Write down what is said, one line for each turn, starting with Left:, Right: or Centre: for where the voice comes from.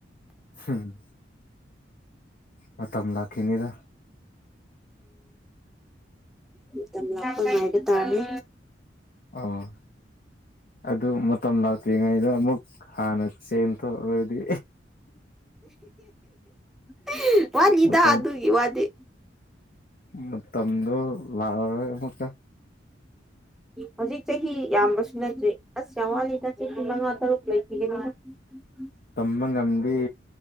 Left: ꯍꯝ ꯃꯇꯝ ꯂꯥꯛꯈꯤꯅꯤꯗ
Centre: ꯃꯇꯝ ꯂꯥꯛꯄ ꯉꯥꯏꯕ ꯇꯥꯔꯦ
Left: ꯑꯣ ꯑꯗꯨ ꯃꯇꯝ ꯂꯥꯛꯇ꯭ꯔꯤꯉꯩꯗ ꯑꯃꯨꯛ ꯍꯥꯟꯅ ꯆꯦꯟꯊꯣꯛꯑꯔꯗꯤ
Centre: <unintelligible> ꯋꯥꯠꯔꯤꯗ
Left: ꯃꯇꯝ
Centre: ꯑꯗꯨꯒꯤ ꯋꯥꯗꯤ
Left: ꯃꯇꯝꯗꯣ ꯂꯥꯛꯑꯔꯣꯏ ꯑꯃꯨꯛꯀ
Centre: ꯍꯧꯖꯤꯛ ꯆꯍꯤ ꯌꯥꯝꯕꯁꯨ ꯅꯠꯇ꯭ꯔꯤ ꯑꯁ ꯌꯥꯝ ꯋꯥꯠꯂꯤꯗ ꯆꯍꯤ ꯃꯉꯥ ꯇꯔꯨꯛ ꯂꯩ <unintelligible>
Left: ꯇꯝꯕ ꯉꯝꯗꯦ